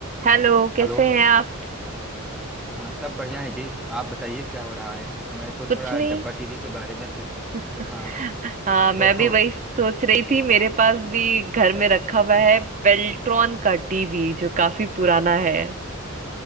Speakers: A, on the right; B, in the centre.
A: Hello कैसे
B: Hello
A: हैं आप
B: हाँ सब बढ़िया है जी आप बताइए क्या हो रहा है मैं तो
A: कुछ
B: थोड़ा
A: नहीं
B: डब्बा टीवी के बारे में सोच
A: <laughs>
B: आ,
A: हाँ मैं
B: तो
A: भी वही सोच रही थी मेरे पास भी घर में रखा हुआ है बेल्ट्रॉन का टीवी जो काफी पुराना है